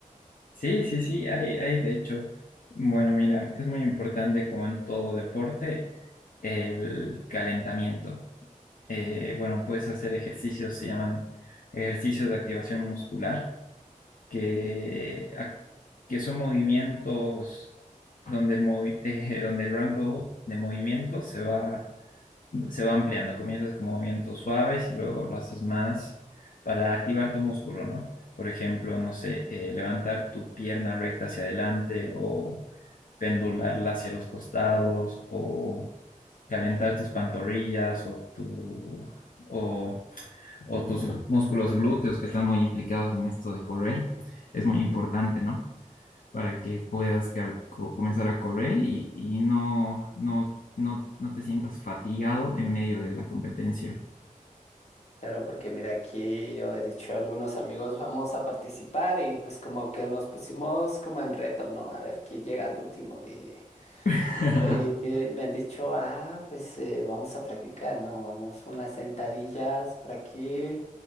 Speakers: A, on the left; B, on the left.
A: Sí, sí, sí, hay, hay de hecho. Bueno, mira, es muy importante como en todo deporte el calentamiento. Eh, bueno, puedes hacer ejercicios, se llaman ejercicios de activación muscular, que, ac- que son movimientos donde el, movi- <laughs> eh, donde el rango de movimiento se va, se va ampliando. Comienzas con movimientos suaves y luego lo haces más para activar tu músculo, ¿no? Por ejemplo, no sé, eh, levantar tu pierna recta hacia adelante o pendularla hacia los costados o calentar tus pantorrillas o tu, o o tus músculos glúteos que están muy implicados en esto de correr, es muy importante, ¿no? Para que puedas cal- co- comenzar a correr y, y no, no, no, no te sientas fatigado en medio de la competencia.
B: Claro, porque mira, aquí yo he dicho a algunos amigos vamos a participar y pues como que nos pusimos como en reto, ¿no? A ver quién llega al último. Y,
A: <laughs>
B: y me han dicho, ah, pues eh, vamos a practicar, ¿no? Vamos unas sentadillas por aquí,